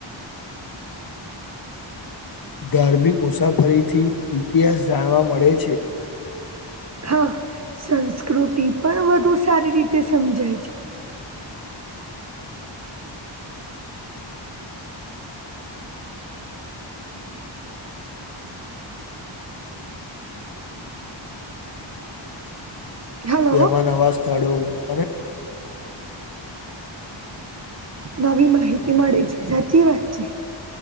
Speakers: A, on the left (about 50°); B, on the right (about 35°).
A: ધાર્મિક મુસાફરીથી ઇતિહાસ જાણવા મળે છે
B: હા સંસ્કૃતિ પણ વધુ સારી રીતે સમજાય છે
A: <unintelligible>
B: છે હલો
A: તેમાં નવા સ્થળો અને
B: નવી માહિતી મળે છે સાચી વાત છે